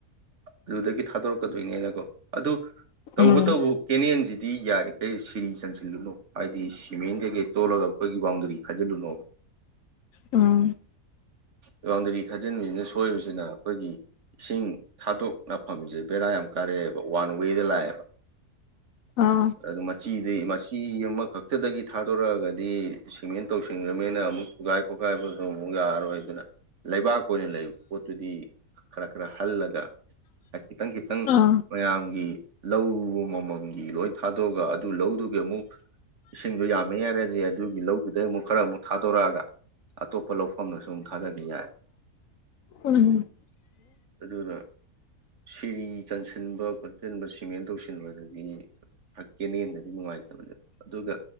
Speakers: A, on the right; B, on the left.
A: ꯑꯗꯨꯗꯒꯤ ꯊꯥꯗꯣꯔꯛꯀꯗꯣꯏꯅꯤꯅꯀꯣ ꯑꯗꯨ
B: ꯎꯝ
A: ꯇꯧꯕꯇꯕꯨ ꯀꯦꯅꯦꯜꯁꯤꯗꯤ ꯌꯥꯔꯤ ꯀꯩ ꯁꯤꯔꯤ ꯆꯟꯁꯤꯜꯂꯨꯅꯣ ꯍꯥꯏꯗꯤ ꯁꯤꯃꯦꯟ ꯀꯩꯀꯩ ꯇꯣꯜꯂꯒ ꯑꯩꯈꯣꯏꯒꯤ ꯕꯥꯎꯟꯗꯔꯤ ꯈꯥꯖꯤꯜꯂꯨꯅꯣꯕ
B: ꯎꯝ
A: ꯕꯥꯎꯟꯗꯔꯤ ꯊꯥꯖꯤꯟꯕꯤꯁꯤꯅ ꯁꯣꯏꯕꯁꯤꯅ ꯑꯩꯈꯣꯏꯒꯤ ꯏꯁꯤꯡ ꯊꯥꯗꯣꯛꯅ ꯃꯐꯝꯁꯦ ꯕꯦꯔꯥ ꯌꯥꯝ ꯀꯥꯔꯛꯑꯦꯕ ꯋꯥꯟ ꯋꯦꯗ ꯂꯥꯛꯑꯦꯕ
B: ꯑꯥ
A: ꯑꯗꯨ ꯃꯆꯤꯗꯤ ꯃꯆꯤ ꯑꯃꯈꯛꯇꯗꯒꯤ ꯊꯥꯗꯣꯔꯛꯑꯒꯗꯤ ꯁꯤꯃꯦꯟ ꯇꯧꯁꯤꯟꯈ꯭ꯔꯕꯅꯤꯅ ꯑꯃꯨꯛ ꯊꯨꯒꯥꯏ ꯈꯣꯠꯈꯥꯏꯕꯁꯨ ꯑꯃꯨꯛ ꯌꯥꯔꯔꯣꯏꯗꯅ ꯂꯩꯕꯥꯛ ꯑꯣꯏꯅ ꯂꯩꯕ ꯄꯣꯠꯇꯨꯗꯤ ꯈꯔ ꯈꯔ ꯍꯜꯂꯒ ꯈꯤꯇꯪ ꯈꯤꯇꯪ
B: ꯑꯥ
A: ꯃꯌꯥꯝꯒꯤ ꯂꯧ ꯃꯃꯜꯒꯤ ꯂꯣꯏ ꯊꯥꯗꯣꯛꯑꯒ ꯑꯗꯨ ꯂꯧꯗꯨꯒꯤ ꯑꯃꯨꯛ ꯏꯁꯤꯡꯗꯣ ꯌꯥꯝꯃꯦ ꯍꯥꯏꯔꯗꯤ ꯑꯗꯨꯒꯤ ꯂꯧꯗꯨꯗꯩ ꯑꯃꯨꯛ ꯈꯔ ꯑꯃꯨꯛ ꯊꯥꯗꯣꯔꯛꯑꯒ ꯑꯇꯣꯞꯄ ꯂꯧꯐꯝꯗꯁꯨ ꯑꯃꯝ ꯊꯥꯗꯈꯤ ꯌꯥꯏ
B: ꯎꯝ ꯎꯝ
A: ꯑꯗꯨꯅ ꯁꯔꯤ ꯆꯟꯁꯤꯟꯕ ꯈꯣꯠꯁꯤꯟꯕ ꯁꯤꯃꯦꯟ ꯇꯧꯁꯤꯟꯕꯗꯒꯤ ꯀꯦꯟꯅꯌꯦꯟꯗꯗꯤ ꯅꯨꯡꯉꯥꯏꯇꯕꯅꯦꯕ ꯑꯗꯨꯒ